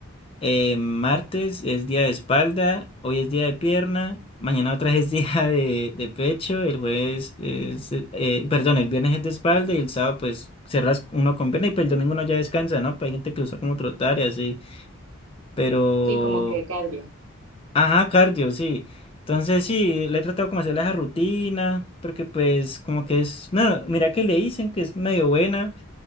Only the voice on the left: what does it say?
eh, martes es día de espalda, hoy es día de pierna, mañana otra vez es <laughs> día de, de pecho, el jueves es, eh, perdón, el viernes es de espalda y el sábado pues cerras uno con pierna y pues el domingo uno ya descansa, ¿no? Pues hay gente que usa como trotar y así, pero...
Ajá, cardio, sí. Entonces sí, le he tratado como hacer esa rutina, porque pues como que es, no, mira que le dicen que es medio buena